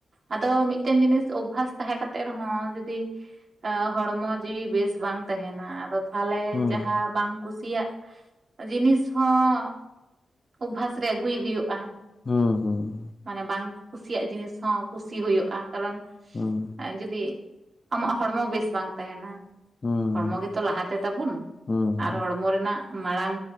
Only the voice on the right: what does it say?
ᱟᱫᱚ ᱢᱤᱫᱴᱮᱱ ᱡᱤᱱᱤᱥ ᱚᱵᱵᱷᱟᱥ ᱛᱟᱦᱮᱸ ᱠᱟᱛᱮᱜ ᱨᱮᱦᱚᱸ ᱡᱩᱫᱤ ᱦᱚᱲᱢᱚ ᱡᱤᱣᱤ ᱵᱮᱥ ᱵᱟᱝ ᱛᱟᱦᱮᱱᱟ ᱟᱫᱚ ᱛᱟᱦᱞᱮ
ᱡᱟᱦᱟᱸ ᱵᱟᱝ ᱠᱩᱥᱤᱭᱟᱜ ᱡᱤᱱᱤᱥ ᱦᱚᱸ ᱚᱵᱵᱷᱟᱥ ᱨᱮ ᱟᱹᱜᱩᱭ ᱦᱩᱭᱩᱜᱼᱟ᱾
ᱢᱟᱱᱮ ᱵᱟᱝ ᱠᱩᱥᱤᱭᱟᱜ ᱡᱤᱱᱤᱥ ᱦᱚᱸ ᱠᱩᱥᱤ ᱦᱩᱭᱩᱜᱼᱟ ᱠᱟᱨᱚᱱ
ᱮᱸ ᱡᱩᱫᱤ ᱟᱢᱟᱜ ᱦᱚᱲᱢᱚ ᱵᱮᱥ ᱵᱟᱝ ᱛᱟᱦᱮᱱᱟ
ᱦᱚᱲᱢᱚ ᱜᱮᱛᱚ ᱞᱟᱦᱟᱛᱮ ᱛᱟᱵᱚᱱ
ᱟᱨ ᱦᱚᱲᱢᱚ ᱨᱮᱱᱟᱜ ᱢᱟᱲᱟᱝ